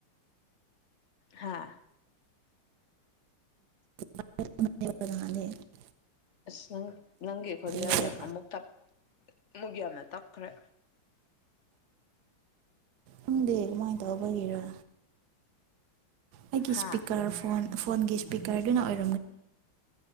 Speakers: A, on the left; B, on the right.
A: ꯍꯥꯥ
B: ꯗꯦ
A: ꯑꯁ ꯅꯪ ꯅꯪꯒꯤ ꯈꯣꯟꯖꯦꯜ
B: ꯑꯩ
A: ꯌꯥꯝ ꯑꯃꯨꯛ ꯑꯃꯨꯛ ꯌꯥꯝꯅ ꯇꯞ ꯈꯔꯦ
B: ꯎ ꯗ ꯃꯥꯏꯗ ꯍꯕ ꯍꯔꯣ ꯑꯩꯒꯤ
A: ꯍꯥ
B: ꯏꯁꯄꯤꯀꯔ ꯐꯣꯟ ꯐꯣꯟꯒꯤ ꯏꯁꯄꯤꯀꯔꯗꯨꯅ ꯑꯣꯏꯔ